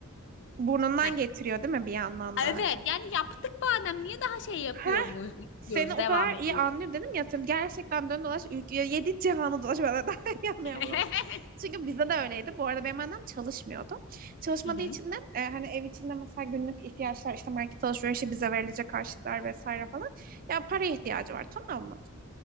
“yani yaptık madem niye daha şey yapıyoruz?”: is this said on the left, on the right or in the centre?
Left